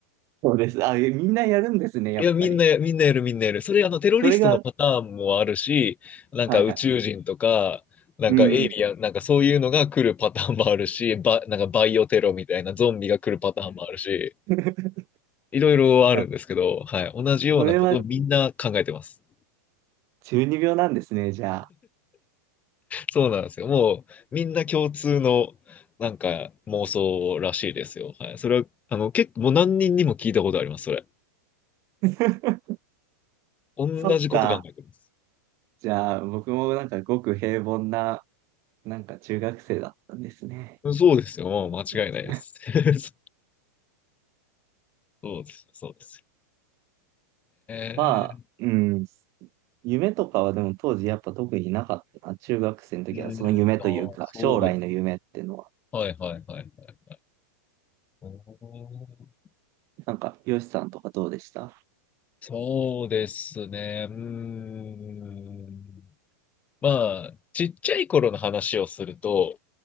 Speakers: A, on the right; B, on the left.
A: そうです。あ、みんなやるんですね、やっぱり。
B: いや、みんなや、みんなやる、みんなやる。それ、あの、テロリストのパターンもあるし、
A: それが、
B: なんか宇宙人とか、
A: はいはい。
B: なんかエイリアン、
A: うん。
B: なんかそういうのが来るパターンもあるし、ば、なんかバイオテロみたいなゾンビが来るパターンもあるし、
A: <laughs>
B: いろいろあるんですけど、
A: あ
B: はい。同じようなことをみんな考えてます。
A: それは中二病なんですね、じゃあ。
B: そうなんですよ。もう、みんな共通の、なんか妄想らしいですよ。はい。それは、あの、結構、もう何人にも聞いたことあります、それ。
A: <laughs>
B: 同じこと考えてます。
A: そっか。じゃあ、僕もなんかごく平凡な、なんか中学生だったんですね。
B: そうですよ。もう間違いないです。
A: <laughs>
B: <laughs> そうです。そうです。ええ
A: まあ、うん。夢とかはでも当時やっぱ特になかったな。中学生の時はその夢というか、
B: うん、ああ、そうです。
A: 将来の夢っていうのは。
B: はいはいはいはい。おー
A: なんか、よしさんとかどうでした
B: そうですね。うーん。まあ、ちっちゃい頃の話をすると、